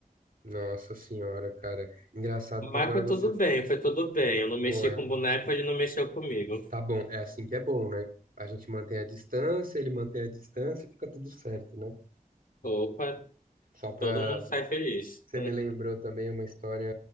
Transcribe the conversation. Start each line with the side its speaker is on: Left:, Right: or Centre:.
Right: Nossa senhora, cara. Engraçado
Left: Mas
Right: que agora
Left: foi
Right: você.
Left: tudo bem, foi tudo bem. Eu não mexi
Right: Pô, é-
Left: com o boneco, ele não mexeu comigo.
Right: tá bom, é assim que é bom, né? A gente mantém a distância, ele mantém a distância e fica tudo certo, né?
Left: Opa,
Right: Só pra
Left: todo mundo sai feliz.
Right: Você
Left: <laughs>
Right: me lembrou também uma história